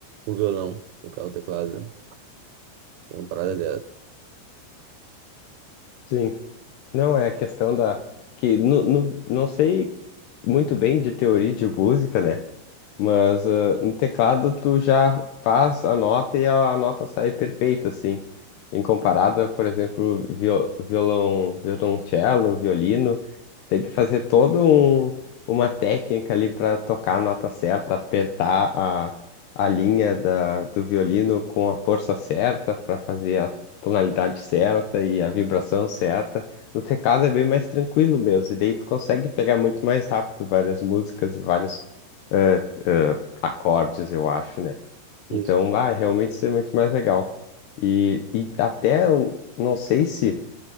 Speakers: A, on the right; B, on the left.
A: o violão, tocar o teclado, né? É uma parada dessa.
B: Sim, não é a questão da. que no, no- Não sei muito bem de teoria de música, né? Mas ah, no teclado tu já faz a nota e a, a nota sai perfeita, assim. em comparada, por exemplo, viol- violão, violoncelo, violino, tem que fazer toda um, uma técnica ali para tocar a nota certa, apertar a, a linha da, do violino com a força certa para fazer a tonalidade certa e a vibração certa. No teclado é bem mais tranquilo mesmo, e daí tu consegue pegar muito mais rápido várias músicas e vários eh, eh, acordes, eu acho, né?
A: Isso.
B: Então, vai, realmente isso é muito mais legal. E, e até eu não sei se